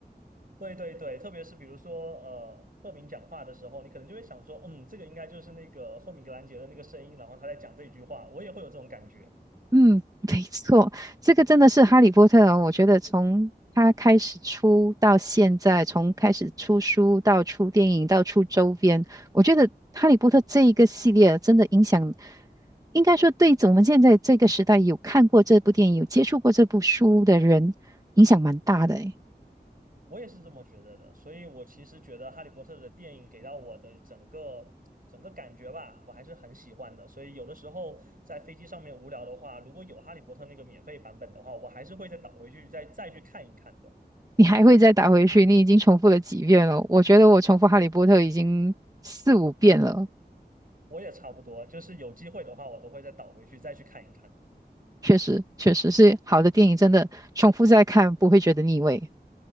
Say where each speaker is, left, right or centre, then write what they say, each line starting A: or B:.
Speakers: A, on the right; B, on the right.
A: 对对对，特别是比如说呃，赫敏讲话的时候，你可能就会想说，嗯，这个应该就是那个赫敏格兰杰的那个声音，然后他在讲这句话，我也会有这种感觉。
B: 嗯，没错，这个真的是《哈利波特》哦。我觉得从他开始出到现在，从开始出书到出电影到出周边，我觉得《哈利波特》这一个系列真的影响，应该说对我们现在这个时代有看过这部电影、有接触过这部书的人，影响蛮大的诶。
A: 我也是这么觉得的，所以我其实觉得《哈利波特》的电影给到我的整个整个感觉吧，我还是很喜欢的。所以有的时候在飞机上面无聊的话，如果有《哈利波特》那个免费版本的话，我还是会再倒回去再再去看一看的。
B: 你还会再打回去，你已经重复了几遍了。我觉得我重复《哈利波特》已经四五遍了，
A: 我也差不多，就是有机会的话，我都会再倒回去再去看一看的。
B: 确实，确实是好的电影，真的重复再看不会觉得腻味。